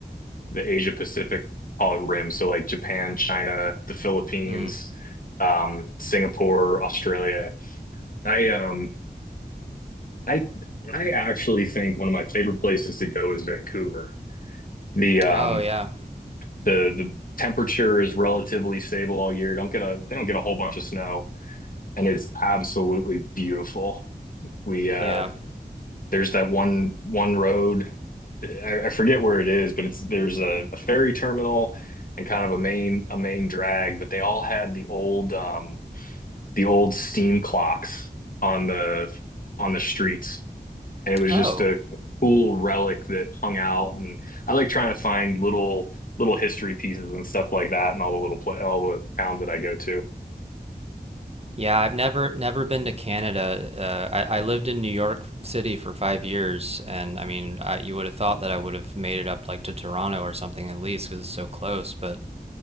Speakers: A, on the left; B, on the right.
A: the Asia Pacific call it rim. So like Japan, China, the Philippines,
B: Mm.
A: um, Singapore, Australia. I um I I actually think one of my favorite places to go is Vancouver. The um
B: Oh yeah.
A: the the temperature is relatively stable all year. Don't get a they don't get a whole bunch of snow and it's absolutely beautiful. We uh
B: Yeah.
A: there's that one one road. I, I forget where it is, but it's there's a, a ferry terminal and kind of a main a main drag, but they all had the old um the old steam clocks on the on the streets. And it was
B: Oh.
A: just a, a cool relic that hung out and I like trying to find little little history pieces and stuff like that and all the little pla all the towns that I go to.
B: Yeah, I've never never been to Canada. Uh, I, I lived in New York City for five years, and I mean, I, you would have thought that I would have made it up like to Toronto or something at least because it's so close. But